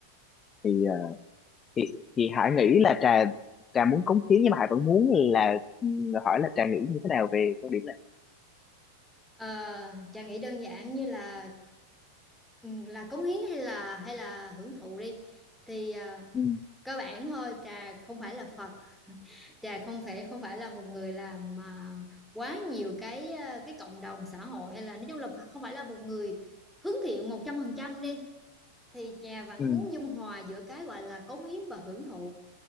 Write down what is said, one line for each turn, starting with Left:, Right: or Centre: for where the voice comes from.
Left: thì à, thì thì Hải nghĩ là Trà Trà muốn cống hiến nhưng mà Hải vẫn muốn là ừ, hỏi là Trà nghĩ như thế nào về quan điểm này
Centre: ờ, Trà nghĩ đơn giản như là là cống hiến hay là hay là hưởng thụ đi thì ờ,
Left: ừ
Centre: cơ bản thôi Trà không phải là Phật Trà không phải không phải là một người làm mà quá nhiều cái ờ, cái cộng đồng xã hội hay là nói chung là Phật không phải là một người hướng thiện một trăm phần trăm đi thì Trà vẫn
Left: ừ
Centre: muốn dung hòa giữa cái gọi là cống hiến và hưởng thụ